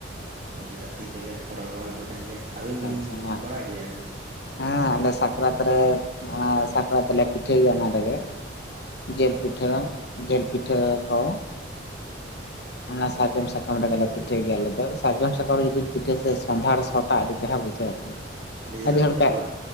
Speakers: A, on the right; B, on the left.
A: ᱱᱤᱡᱮᱨᱟᱜ ᱛᱤ ᱛᱮᱜᱮ ᱠᱚᱨᱟᱣ ᱵᱟᱲᱟ ᱦᱩᱭ ᱟᱠᱟᱱ ᱜᱮᱭᱟ ᱟᱹᱵᱤᱱ
B: ᱟᱪᱪᱷᱟ
A: ᱵᱤᱱ
B: ᱟᱪᱪᱷᱟ ᱦᱮᱸ
A: ᱵᱟᱲᱟᱭ ᱜᱮᱭᱟ ᱜᱤ
B: ᱦᱮᱸ ᱟᱞᱮ ᱥᱟᱠᱨᱟᱛ ᱨᱮ ᱥᱟᱠᱨᱟᱛ ᱨᱮᱞᱮ ᱯᱤᱴᱷᱟᱹᱭᱟ ᱚᱱᱟ ᱨᱮᱜᱮ ᱡᱤᱞ
A: ᱚ
B: ᱯᱤᱴᱷᱟᱹ ᱡᱤᱞ ᱯᱤᱴᱷᱟᱹ ᱠᱚ ᱚᱱᱟ ᱥᱟᱨᱡᱚᱢ ᱥᱟᱠᱟᱢ ᱨᱮᱜᱮᱞᱮ ᱯᱤᱴᱷᱟᱹᱭ ᱜᱮᱭᱟ ᱟᱞᱮ ᱫᱚ ᱥᱟᱨᱡᱚᱢ ᱥᱟᱠᱟᱢ ᱨᱮ ᱡᱩᱫᱤᱢ ᱯᱤᱴᱷᱟᱹᱭᱟ ᱥᱮ ᱥᱚᱸᱷᱟᱲ ᱥᱚᱴᱟᱜ ᱟᱹᱰᱤ ᱪᱮᱦᱨᱟ ᱵᱩᱡᱷᱟᱹᱜᱼᱟ᱾
A: ᱪᱮᱦᱨᱟ
B: ᱟᱹᱰᱤ
A: ᱵᱩᱡᱷᱟᱹᱜᱼᱟ
B: ᱦᱚᱲᱠᱟ
A: ᱵᱟᱝ